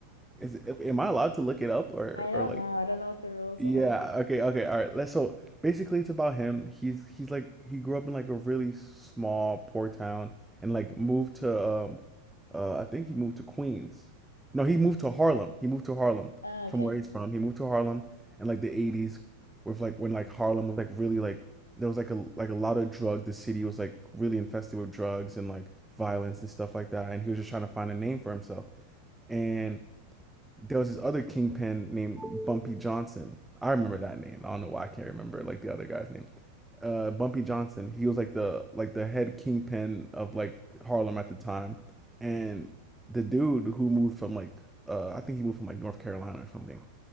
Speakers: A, in the centre; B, on the left (about 80°).
A: Is am I allowed to look it up or
B: I don't
A: or like
B: know. I don't know what the rules
A: yeah,
B: are.
A: okay, okay, all right. Let's so basically it's about him. He's he's like he grew up in like a really small poor town and like moved to um uh I think he moved to Queens. No, he moved to Harlem. He moved to Harlem
B: oh,
A: from
B: okay.
A: where he's from. He moved to Harlem in like the 80s with like when like Harlem was like really like there was like a like a lot of drug. The city was like really infested with drugs and like violence and stuff like that and he was just trying to find a name for himself. And there was this other kingpin named Bumpy Johnson. I remember that name. I don't know why I can't remember like the other guy's name. Uh, Bumpy Johnson. He was like the like the head kingpin of like Harlem at the time, and the dude who moved from like uh, I think he moved from like North Carolina or something.